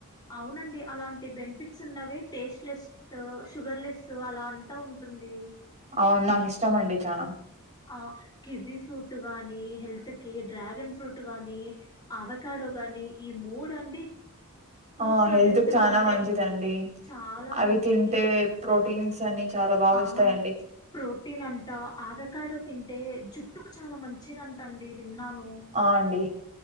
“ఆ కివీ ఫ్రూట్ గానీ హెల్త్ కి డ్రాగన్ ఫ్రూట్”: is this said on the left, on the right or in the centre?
Left